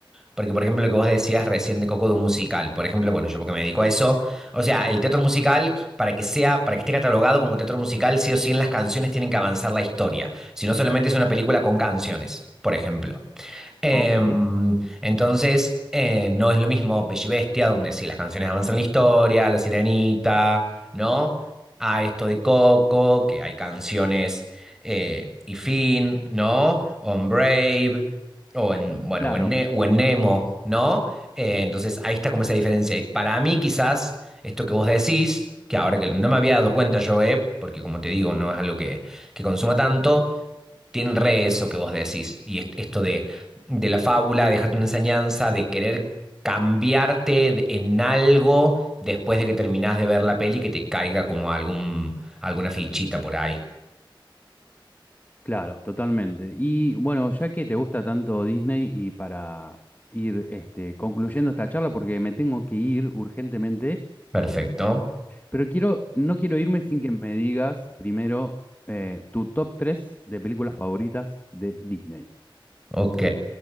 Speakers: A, in the centre; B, on the left.
A: Porque, por ejemplo, lo que vos decías recién de Coco de un musical, por ejemplo, bueno, yo porque me dedico a eso, o sea, el teatro musical, para que sea, para que esté catalogado como teatro musical, sí o sí en las canciones tienen que avanzar la historia, si no solamente es una película con canciones, por ejemplo. Em,
B: Ok.
A: entonces, eh, no es lo mismo Bella y Bestia, donde sí las canciones avanzan la historia, La Sirenita, ¿no? A esto de Coco, que hay canciones eh, y fin, ¿no? O en Brave, o en, bueno,
B: Claro.
A: o en, Ne- o en Nemo, ¿no? Eh, entonces, ahí está como esa diferencia. Y para mí, quizás, esto que vos decís, que ahora que no me había dado cuenta yo, eh, porque como te digo, no es algo que, que consuma tanto tienen re eso que vos decís. Y est- esto de, de la fábula, de dejarte una enseñanza, de querer cambiarte de- en algo después de que terminás de ver la peli, que te caiga como algún, alguna fichita por ahí.
B: Claro, totalmente. Y bueno, ya que te gusta tanto Disney y para ir este, concluyendo esta charla, porque me tengo que ir urgentemente,
A: Perfecto.
B: pero quiero, no quiero irme sin que me digas primero eh, tu top 3 de películas favoritas de Disney.
A: Ok,